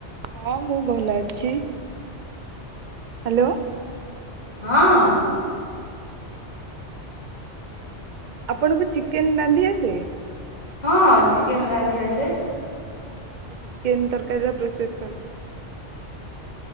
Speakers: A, on the right; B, on the left.
A: ହଁ ମୁଁ ଭଲ ଅଛି। ହ୍ୟାଲୋ।
B: ହଁ।
A: ଆପଣଙ୍କୁ ଚିକେନ ରାନ୍ଧି ଆସେ?
B: ହଁ ଚିକେନ ରାନ୍ଧି ଆସେ।
A: ତ ଚିକେନ ତରକାରୀର ପ୍ରୋସେସ୍ କହିଲେ।